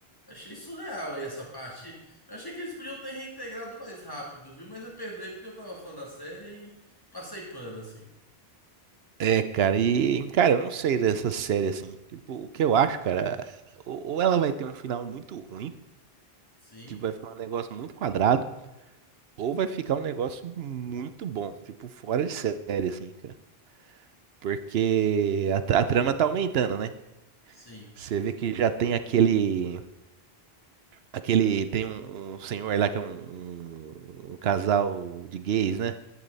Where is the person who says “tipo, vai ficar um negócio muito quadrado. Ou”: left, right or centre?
Right